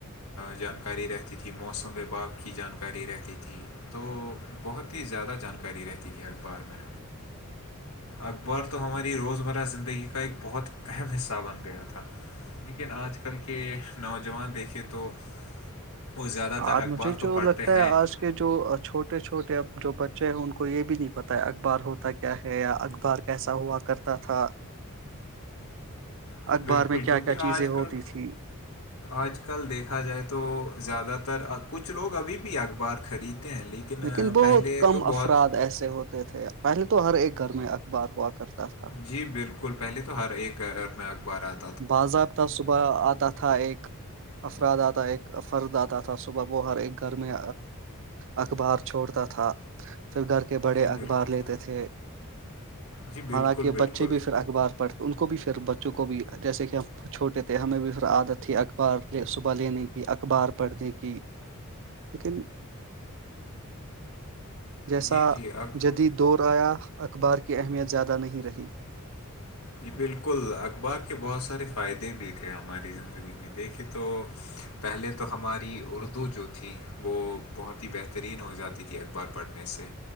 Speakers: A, on the left; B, on the right.
A: جانکاری رہتی تھی موسم و باپ کی جانکاری رہتی تھی تو بہت ہی زیادہ جانکاری رہتی تھی اخبار میں اخبار تو ہماری روز مرہ زندگی کا ایک بہت اہم حصہ بن گیا تھا لیکن آج کل کے نوجوان دیکھے تو وہ زیادہ تر
B: اور
A: اخبار
B: مجھے
A: تو
B: جو
A: پڑھتے
B: لگتا
A: ہیں
B: ہے
A: نہیں
B: آج کے جو چھوٹے چھوٹے اب جو بچے ہیں ان کو یہ بھی نہیں پتا ہے اخبار ہوتا کیا ہے یا اخبار کیسا ہوا کرتا تھا
A: جی
B: اخبار
A: بالکل
B: میں کیا
A: کیونکہ
B: کیا
A: آج
B: چیزیں ہوتی
A: کل
B: تھی
A: آج کل دیکھا جائے تو زیادہ تر کچھ لوگ ابھی بھی اخبار خریدتے ہیں لیکن
B: لیکن بہت
A: پہلے
B: کم
A: تو بہت
B: افراد ایسے ہوتے تھے پہلے تو ہر ایک گھر میں اخبار ہوا کرتا تھا
A: جی بالکل پہلے تو ہر ایک گھر میں اخباراتتا
B: باضابطہ صبح آتا تھا ایک افراد آتا ایک فرد آتا تھا صبح وہ ہر ایک گھر میں اخبار چھوڑتا تھا پھر گھر کے بڑے
A: جی
B: اخبار
A: بالکل
B: لیتے تھے
A: جی بالکل
B: حالانکہ
A: بالکل
B: بچے بھی پھر اخبار پڑھ ان کو بھی پھر بچوں کو بھی جیسے کہ ہم وہ چھوٹے تھے ہمیں بھی پھر عادت تھی اخبار صبح لینے کی اخبار پڑھنے کی لیکن جیسا
A: جی جی اخ
B: جدید دور آیا اخبار کی اہمیت زیادہ نہیں رہی
A: جی بالکل اخبار کے بہت سارے فائدے بھی تھے ہماری زندگی میں دیکھیے تو پہلے تو ہماری اردو جو تھی وہ بہت ہی بہترین ہو جاتی تھی اخبار پڑھنے سے